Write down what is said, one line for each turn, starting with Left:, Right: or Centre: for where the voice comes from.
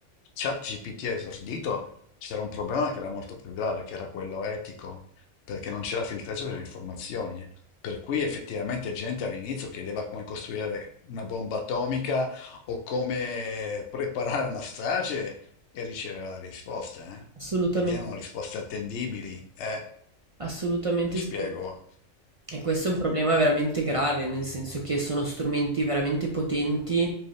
Left: ChatGPT ha esordito c'era un problema che era molto più grave, che era quello etico, perché non c'era filtraggio delle informazioni. Per cui effettivamente gente all'inizio chiedeva come costruire una bomba atomica o come preparare una strage e riceveva risposte, eh?
Right: Assolutamen
Left: Ed erano risposte attendibili, eh?
Right: assolutamente
Left: Mi spiego.
Right: sì. E questo è un problema veramente grave, nel senso che sono strumenti veramente potenti,